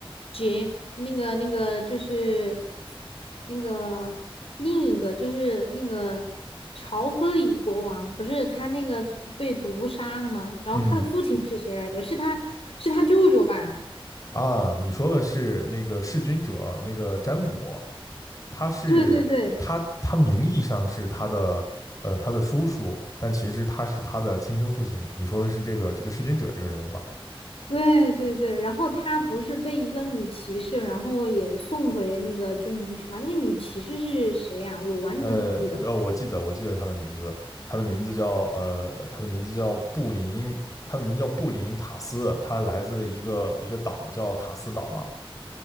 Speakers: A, on the left; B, on the left.
A: 杰那个那个就是那个另一个就是那个乔弗里国王，不是他那个被毒杀了吗？然后他的父亲是谁来着？
B: 嗯。
A: 是他是他舅舅吧？
B: 啊，你说的是那个弑君者，那个詹姆，他是他他名义上是他的呃他的叔叔，
A: 对对对
B: 但其实他是他的亲生父亲。你说的是这个这个弑君者这个人物吧？
A: 对对对。然后他不是被一个女骑士，然后也送回那个军营去吗？那个女骑士是谁呀、我完全不记得。
B: 呃呃，我记得我记得他的名字，他的名字叫呃他的名字叫布林，他的名字叫布林塔斯，他来自一个一个岛叫塔斯岛嘛。